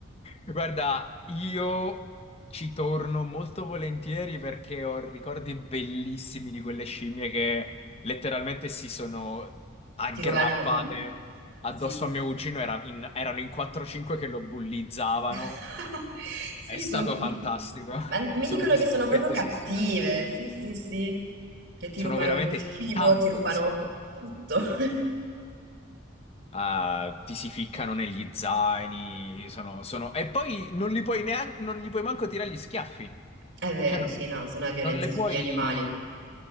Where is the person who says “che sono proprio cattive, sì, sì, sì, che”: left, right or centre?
Right